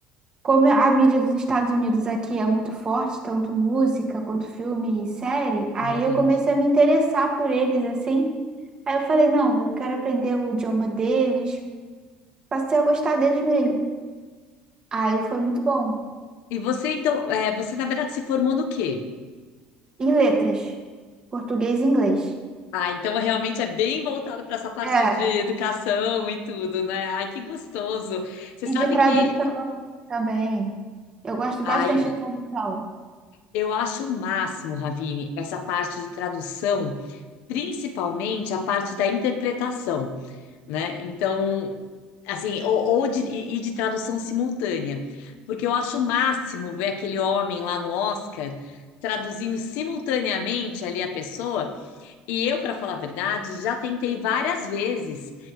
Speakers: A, on the right (about 25°); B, on the left (about 75°).
A: como a mídia dos Estados Unidos aqui é muito forte, tanto música quanto filme e série, aí
B: É verdade.
A: eu comecei a me interessar por eles assim. Aí eu falei, não, eu quero aprender o idioma deles. Passei a gostar deles mesmo. Aí foi muito bom.
B: E você então, é, você na verdade se formou no quê?
A: Em letras, português e inglês.
B: Ah, então realmente é bem voltado para essa parte
A: É,
B: de educação e tudo, né? Ai, que gostoso. Você
A: e
B: sabe
A: de tradução
B: que,
A: também. Eu gosto bastante
B: ai,
A: de tradução.
B: eu acho o máximo, Ravine, essa parte de tradução, principalmente a parte da interpretação. né? Então, assim, ou, ou de, e e de tradução simultânea, porque eu acho o máximo ver aquele homem lá no Oscar traduzindo simultaneamente ali a pessoa, e eu, para falar a verdade, já tentei várias vezes,